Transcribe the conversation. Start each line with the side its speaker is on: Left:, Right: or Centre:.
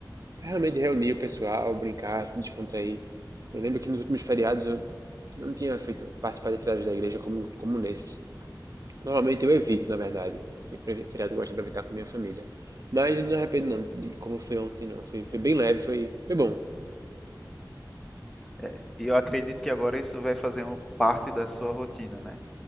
Right: pra realmente reunir o pessoal, brincar, se descontrair. Eu lembro que nos últimos feriados eu não tinha feito participar de atividades da igreja como, como nesse. Normalmente eu evito, na verdade. Porque pre- feriado eu gosto de evitar com minha família. Mas eu não me arrependo não de como foi ontem, não. Foi, foi bem leve, foi, foi bom.
Centre: É, e eu acredito que agora isso vai fazer um- parte da sua rotina, né?